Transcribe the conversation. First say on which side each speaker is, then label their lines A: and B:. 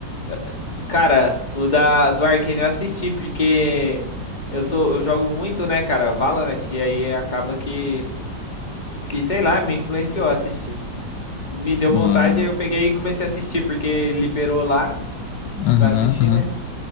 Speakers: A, on the left (about 25°); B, on the left (about 80°).
A: Eh, Cara, o da, do Arcane eu assisti, porque eu sou, eu jogo muito, né, cara, Valorant, e aí acaba que, que, sei lá, me influenciou a assistir. Me deu
B: Uai,
A: vontade, aí eu peguei e comecei a assistir, porque liberou lá
B: aham,
A: pra assistir,
B: aham.
A: né?